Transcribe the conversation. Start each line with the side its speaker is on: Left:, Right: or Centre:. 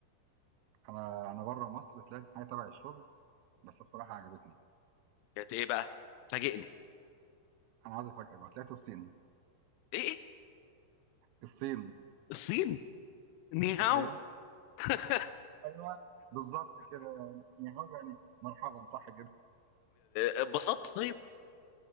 Right: انا انا بره مصر طلعت حاجه تبع الشغل بس بصراحه عجبتني يعني
Left: كانت ايه بقى؟ فاجئني
Right: انا عايز افاجئك بقى طلعت الصين
Left: ايه؟
Right: الصين
Left: الصين؟ نيهاو
Right: تخيل
Left: <laughs>
Right: ايوه بالظبط كده يعني هو يعني مرحبا صح كده
Left: اتبسطت طيب؟